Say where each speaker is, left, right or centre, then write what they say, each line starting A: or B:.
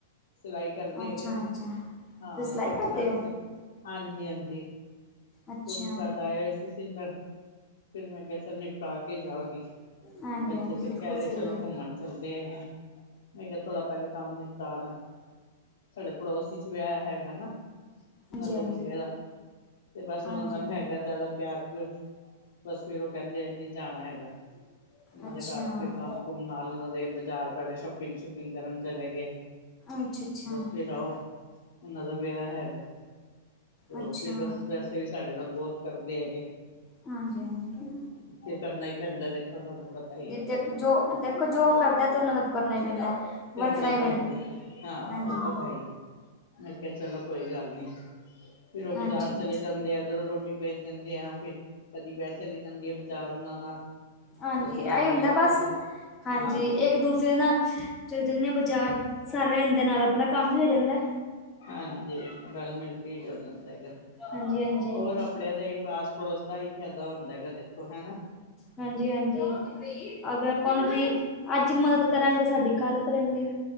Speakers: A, on the left (about 70°); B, on the left (about 20°).
A: ਸਿਲਾਈ ਕਰਦੇ
B: ਅੱਛਾ
A: ਹੈਗੇ ਨਾ
B: ਅੱਛਾ ਤੁਸੀਂ
A: ਹਾਂ,
B: ਸਿਲਾਈ
A: ਸੂਟ-ਸਾਟ
B: ਕਰਦੇ ਹੋ
A: ਹਾਂਜੀ, ਹਾਂਜੀ।
B: ਅੱਛਾ
A: ਸੂਟ-ਸਾਟ ਆਏ ਹੋਏ ਸੀ। ਸਿਲਣ ਫਿਰ ਮੈਂ ਕਿਹਾ ਚੱਲ ਨਿਪਟਾ ਕੇ ਜਾਣਗੇ।
B: ਹਾਂਜੀ
A: ਬੱਚੇ
B: ਹਾਂਜੀ
A: ਤੇ
B: ਬਿਲਕੁਲ
A: ਕਹਿ ਰਹੇ
B: ਸਹੀ
A: ਚਲੋ
B: ਹੈ
A: ਘੁੰਮਣ ਚੱਲਦੇ ਹੈਗੇ। ਮੈਂ ਕਿਹਾ-ਥੋੜਾ ਪਹਿਲਾਂ ਕੰਮ ਨਿਪਟਾ ਲਾ ਸਾਡੇ ਪੜੋਸੀ ਚ ਵਿਆਹ ਹੈਗਾ ਨਾ ਉਹਨਾਂ
B: ਹਾਂਜੀ
A: ਦੇ
B: ਹਾਂਜੀ
A: ਮੁੰਡੇ ਦਾ ਤੇ ਬਸ
B: ਹਾਂਜੀ
A: ਉਹਨਾਂ ਨਾਲ ਹੈਗਾ ਜ਼ਿਆਦਾ ਪਿਆਰ ਪਿਉਰ ਬਸ ਫਿਰ ਉਹ ਕਹਿੰਦੇ ਨੀ ਜਾਣਾ ਹੈਗਾ। ਉਹਨਾਂ
B: ਅੱਛਾ
A: ਦੇ ਘਰ ਫਿਰ ਕੰਮ ਕੁੰਮ ਨਾਲ ਓਨਾਂ ਦੇ ਬਜ਼ਾਰ ਪੈਲੇ ਸ਼ੋਪਿੰਗ-ਸ਼ੂਪਿੰਗ ਕਰਨ ਚਲੇਗੇ।
B: ਅੱਛਾ ਅੱਛਾ
A: ਬਸ ਫਿਰ ਆਓ ਓਨਾਂ ਦਾ ਵਿਆਹ ਹੈਗਾ। ਤੇ ਓ‌
B: ਅੱਛਾ
A: ਫਿਰ ਬਸ ਵੈਸੇ ਵੀ ਸਾਡੇ ਨਾਲ ਬੋਹਤ ਕਰਦੇ ਹੈਗੇ।
B: ਹਾਂਜੀ-ਹਾਂਜੀ।
A: ਫਿਔੰਮਰ ਕਰਨਾ ਹੀ ਪੈਂਦਾ ਦੇਖੋ ਤੁਹਾਨੂੰ ਪਤਾ ਹੀ ਹੈ
B: ਜੋ ਦੇਖੋ ਜੋ ਕਰਦਾ ਤੇ ਓਨਾਂ ਨੂੰ ਕਰਨਾ ਹੀ ਪੈਂਦਾ।
A: ਕਰਨਾ
B: ਵਰਤਣਾ
A: ਈ
B: ਹੀ
A: ਪੈਂਦਾ ਹਾਂ
B: ਹਾਂਜੀ
A: ਓ ਤੇ ਹੈ ਈ ਏ। ਮੈਂ ਕੇਆ ਚਲੋ ਕੋਈ ਗੱਲ ਨੀ ਫੇਰ ਓ
B: ਹਾਂਜੀ
A: ਬਾਜ਼ਾਰ ਚਲੇ ਜਾਂਦੇ ਐ ਇਧਰੋਂ ਰੋ ਟੀ ਪੇਜ ਦਿੰਦੇ ਆ ਫਿਰ ਕਦੀ ਮੈ‌ ਚਲੀ ਜਾਂਦੀ ਆ ਬਾਜਾਰ ਓਨਾਂ ਨਾਲ।
B: ਹਾਂਜੀ
A: ਬਸ ਰਲ
B: ਐਈ
A: ਮਿਲ
B: ਹੁੰਦਾ ਬਸ
A: ਕੇ ਤੇ
B: ਹਾਂਜੀ
A: ਹਾਂ
B: ਏਕ-ਦੂਜੇ ਨਾਲ ਚੱਲ ਜਣ ਆ ਬਾਜ਼ਾਰ ਸਾਹਰਾ ਹੋ ਜਂਦਾ ਨਾਲ ਆਪਣਾ ਕੰਮ ਵੀ ਹੋ ਜਂਦਾ।
A: ਹਾਂਜੀ ਰਲ-ਮਿਲ ਕੇ ਹੀ ਹੋ ਜਾਂਦਾ ਹੈਗਾ
B: ਹਾਂਜੀ ਹਾਂਜੀ
A: ਹੋਰ ਆਪ ਣਆਂ ਦਾ ਈ ਪਾਸ-ਪੜੋਸ ਦਾ ਐਈ ਫੈਦਾ ਹੁੰਦਾ ਹੈਗਾ ਦੇਖੋ ਹੈਨਾ।
B: ਹਾਂਜੀ-ਹਾਂਜੀ ਅਗਰ ਅਪਾਂ ਓਨਾਂ ਦੀ ਅੱਜ ਮਦਦ ਕਰਾਂਗੇ ਓ ਸਾਡੀ ਕੱਲ ਕਰਨਗੇ।